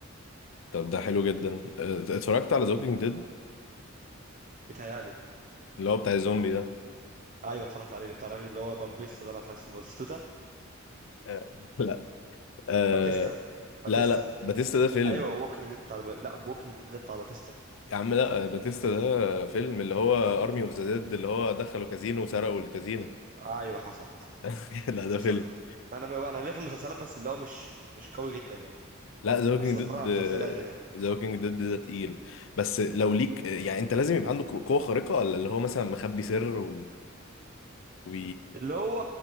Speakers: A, on the left; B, on the right.
A: طب ده حلو جدا آه، اتفرجت على زوكينج ديد
B: بيتهيألي
A: اللي هو بتاع الزومبي ده
B: ايوه اتفرجت عليه بتاع الراجل اللي هو بامبيستا ده انا مش عارف اسمه باتيستا
A: آه، لا آه
B: باتيستا باتيستا
A: لا لا باتيستا ده فيلم
B: ايوه ووكينج ديد بتاع لا ووكينج ديد ده بتاع باتيستا
A: يا عم لا آه، باتيستا ده فيلم اللي هو أرمي أوف ذا ديد اللي هو دخلوا كازينو وسرقوا الكازينو
B: ايوه حصل حصل
A: <laughs> لا ده
B: حصل
A: فيلم
B: انا انا ليه في المسلسلات بس اللي هو مش مش قوي جدا يعني
A: لا ذا ووكينج
B: بس بتفرج
A: ديد
B: على مسلسلات يعني
A: ذا ووكينج ديد ده تقيل بس لو ليك يعني انت لازم يبقى عندك قوة خارقة ولا اللي هو مثلا مخبي سر و... و...
B: اللي هو